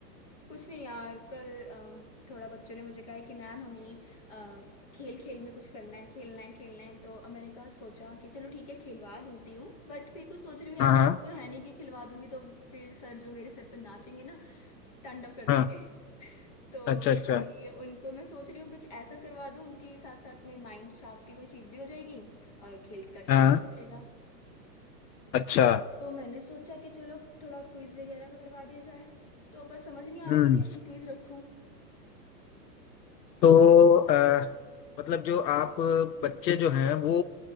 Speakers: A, on the left; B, on the left.
A: कुछ नहीं यार कल अम, थोड़ा बच्चों ने मुझे कहा है कि मैम हमें अ, खेल खेल में कुछ करना है खेलना है खेलना है तो अब मैंने कहा सोचा कि चलो ठीक है खिलवा दूंती हूँ बट फिर कुछ सोच रही हूँ यार
B: हाँ
A: ऐसा
B: हाँ
A: तो है नहीं कि खिलवा दूंगी तो फिर सर जो मेरे सर पर नाचेंगे ना तांडव कर
B: हाँ
A: देंगे <laughs> तो
B: अच्छा अच्छा
A: इसीलिए उनको मैं सोच रही हूँ कुछ ऐसा करवा दूं कि साथ साथ में माइंड शार्प की कोई चीज़ भी हो जाएगी और खेल का खेल
B: हाँ
A: भी हो जाएगा
B: अच्छा
A: तो मैंने सोचा कि चलो थोड़ा क्विज वगैरह का करवा दिया जाए तो पर समझ नहीं आ रहा
B: हम्म
A: कि कैसी क्विज रखूं
B: तो अ, मतलब जो आप बच्चे जो हैं वो